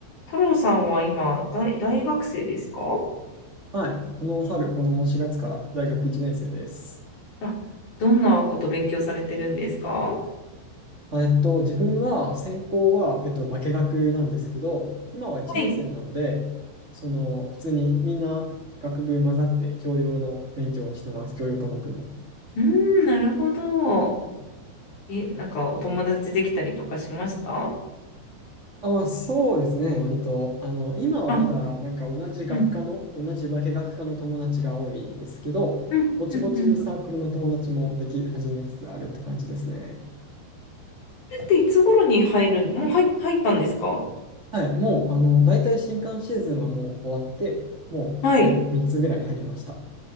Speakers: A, on the left (about 45°); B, on the right (about 50°).
A: 太郎さんは今、大、大学生ですか
B: はい。この春、この4月から大学1年生です。
A: あ、どんなこと勉強されてるんですか
B: あえっと、自分は、専攻は、えっと、化学なんですけど、今は1年生なので、
A: はい。
B: その、普通にみんな学部混ざって教養の勉強をしてます。教養科目の。
A: うーん、なるほど。え、なんかお友達できたりとかしました
B: あ、まあ、そうですね。割と、あの、今はまだ、
A: あ、
B: なんか同じ学科の、
A: うん、
B: 同じ化学科の友達が多いですけど、
A: うん、
B: ぼちぼちサークルの友達もでき始めつつあるって感じですね。
A: うん、うん。それっていつ頃に入るん、もう入、入ったんですか
B: はい、もう、あの、大体新刊シーズンはもう終わって、もう、
A: はい。
B: はい、3つぐらい入りました。